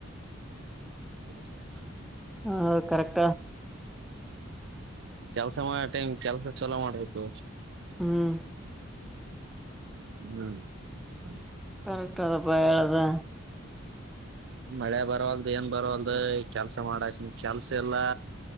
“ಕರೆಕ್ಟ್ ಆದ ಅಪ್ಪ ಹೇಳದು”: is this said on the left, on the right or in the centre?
Centre